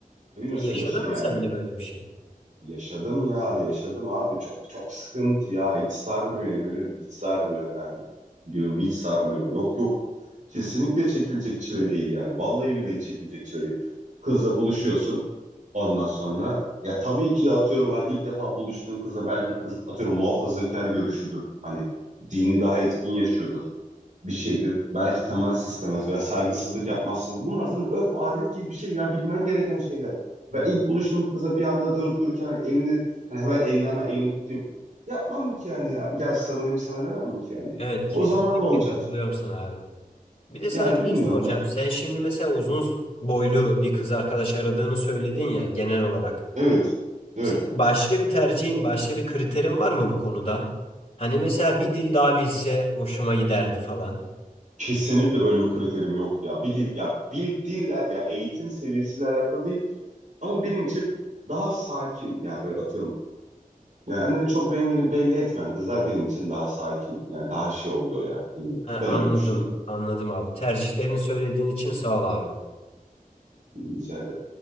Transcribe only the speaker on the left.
E,
Yaşadın
mı sen
de böyle bir şey?
Hı.
Evet kesinlikle
katılıyorum sana abi. Bir de sana
şey soracağım.
Sen şimdi mesela uzun boylu bir kız arkadaş aradığını söyledin ya genel olarak.
Senin başka bir tercihin, başka bir kriterin var mı bu konuda? Hani mesela bir dil daha bilse hoşuma giderdi falan.
Ha,
anladım,
anladım abi. Tercihlerini söylediğin için sağ ol abi.